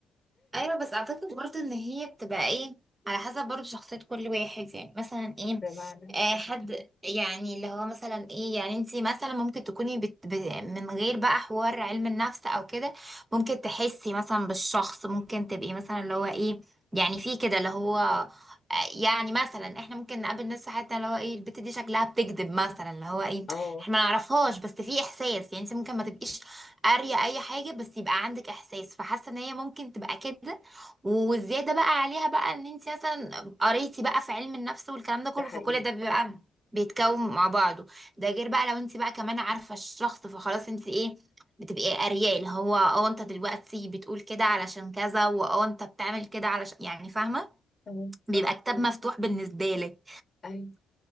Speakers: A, on the right; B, on the left.
A: ايوه بس اعتقد برضه ان هي بتبقى ايه على حسب برضه شخصية كل واحد يعني مثلا ايه
B: <laughs> بمعنى
A: آه حد يعني اللي هو مثلا ايه يعني انتي مثلا ممكن تكوني بت ب من غير بقى حوار علم النفس او كده ممكن تحسي مثلا بالشخص ممكن تبقي مثلا اللي هو ايه يعني في كده اللي هو آه، يعني مثلا احنا ممكن نقابل ناس في حياتنا اللي هو ايه البت دي شكلها بتكذب مثلا اللي هو ايه
B: اه
A: احنا ما نعرفهاش بس في احساس يعني انت ممكن ما تبقيش قارية أي حاجة بس يبقى عندك إحساس فحاسة إن هي ممكن تبقى كده والزيادة بقى عليها بقى إن أنت مثلا قريتي بقى في علم النفس والكلام ده كله
B: ده حقيقي
A: فكل ده بيبقى بيتكون مع بعضه ده غير بقى لو أنت بقى كمان عارفة الشخص فخلاص أنت إيه بتبقي قارية اللي هو اه أنت دلوقتي بتقول كده علشان كذا واه أنت بتعمل كده علشان يعني فاهمة
B: اه
A: بيبقى
B: صح
A: كتاب مفتوح بالنسبة لك
B: ايوه